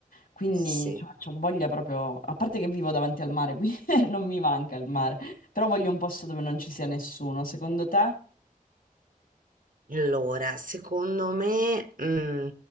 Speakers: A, on the left; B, on the right.
A: quindi
B: Sì.
A: ho voglia proprio, a parte che vivo davanti al mare, qui <laughs> non mi manca il mare, però voglio un posto dove non ci sia nessuno, secondo te?
B: Allora, secondo me, mm,